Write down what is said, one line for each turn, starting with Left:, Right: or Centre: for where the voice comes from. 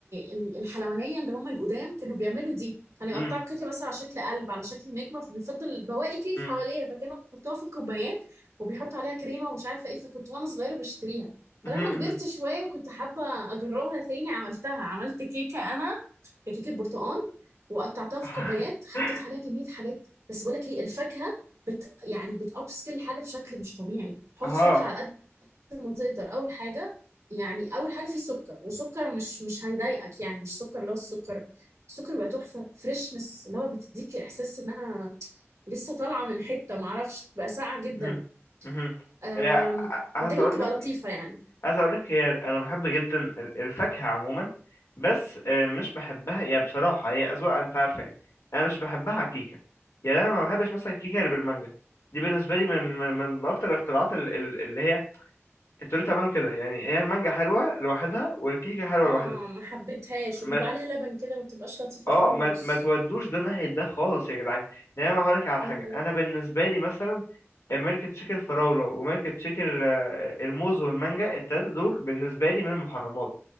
Right: ال- الحلوانية اللي هم القدام كانوا بيعملوا دي كانوا
Left: أمم،
Right: يقطعوا الكيكة مثلا على شكل قلب على شكل نجمة فبيفضل بواقي كيك
Left: أمم،
Right: حواليها فكانوا بيحطوها في الكوبايات وبيحطوا عليها كريمة ومش عارفة ايه فكنت وانا صغيرة بشتريها
Left: أمم،
Right: فلما
Left: أمم.
Right: كبرت شوية وكنت حابة أجربها تاني عملتها عملت كيكة أنا كيكة برتقال وقطعتها في
Left: <laughs>
Right: كوبايات حطيت عليها كمية حاجات بس بقول لك ايه الفاكهة بت يعني بتأبسكل الحاجة بشكل مش طبيعي حط
Left: اه
Right: فاكهة على قد ما تقدر اول حاجه يعني اول حاجه فيه سكر وسكر مش مش هيضايقك يعني مش سكر اللي هو السكر السكر بقى تحفه فريشنس اللي هو بتديك احساس انها لسه طالعه من حته ما اعرفش بتبقى ساقعه جدا
Left: أمم، أمم.
Right: أم،
Left: يعني <laughs> عايز
Right: والدنيا
Left: اقول
Right: بتبقى
Left: لك
Right: لطيفه يعني
Left: عايز اقول لك هي انا بحب جدا ال- الفاكهه عموما بس آه، مش بحبها يا بصراحه هي اذواق انت عارفه يعني انا مش بحبها على كيكه يعني انا ما بحبش مثلا الكيكه اللي بالمانجا دي بالنسبه لي من من, من اكتر الاختراعات ال- ال- اللي هي انتوا ليه تعملوا كده يعني هي المانجا حلوه لوحدها والكيكه حلوه
Right: اه
Left: لوحدها
Right: ما حبيتهاش
Left: ما
Right: وبيبقى
Left: ت-
Right: عليها لبن كده ما بتبقاش لطيفه
Left: اه
Right: خالص
Left: ما ت- ما تودوش ده ناحيه ده خالص يا جدعان يعني انا هقول لك على حاجه
Right: مم.
Left: انا بالنسبه لي مثلا آه، ميلك تشيك الفراوله وميلك تشيك ال- الموز والمانجا التلاته دول بالنسبه لي من المحرمات